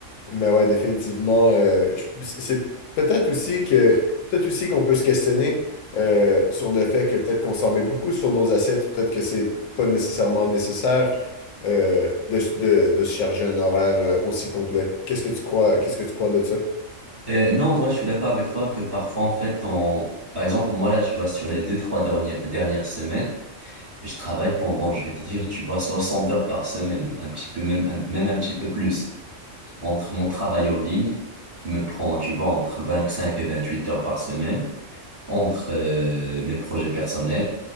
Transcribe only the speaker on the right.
Euh, non, en vrai, je suis d'accord avec toi que parfois, en fait, on... Par exemple, moi, là, tu vois, sur les deux, trois dernières, dernières semaines, Je travaille pendant, je vais te dire, tu vois, 60 heures par semaine, un petit peu, même, un- même un petit peu plus. Entre mon travail en ligne, qui me prend, tu vois, entre 25 et 28 heures par semaine, entre euh, mes projets personnels,